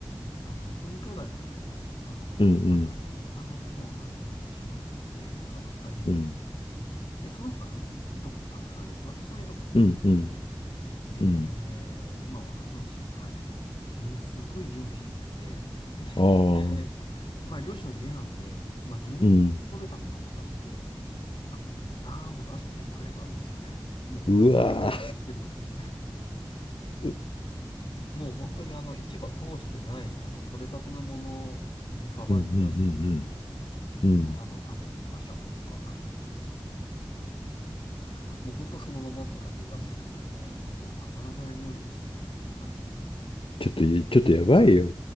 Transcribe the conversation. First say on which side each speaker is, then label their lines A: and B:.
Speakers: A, on the left (about 65°); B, on the left (about 85°).
A: 弟、あの、6人兄弟なんですけど、あの、
B: うん、うん、
A: まあ、3人、あの、もう亡くなってしまってて、あと2人残ってて、
B: うん、
A: で、その他、あのいとこもたくさんい、私のいとこもたくさんいて、
B: うん、
A: で、
B: うん、
A: まあ、私の父が帰ってくるってことで、みんなすごい準備してくれて、
B: ああー、
A: で、まあ、漁師の家なんで、まあ、前日取れたものとかって、
B: うん、
A: あのダーンと出してくれたんですよね。もうお腹いっぱいだって言ってるのに、
B: うわー、
A: もう本当にあの、市場通してない、あの、取れたてのものを、本当さばいて出してくれて、
B: うん、うん、うん、うん、うん。
A: もうあの、タコとかシャコとか、<laughs> もう本当そのままって感じで出してくれて、もう、あの、たまらない料理でしたね。はい。
B: ちょっと、ちょっとやばいよ。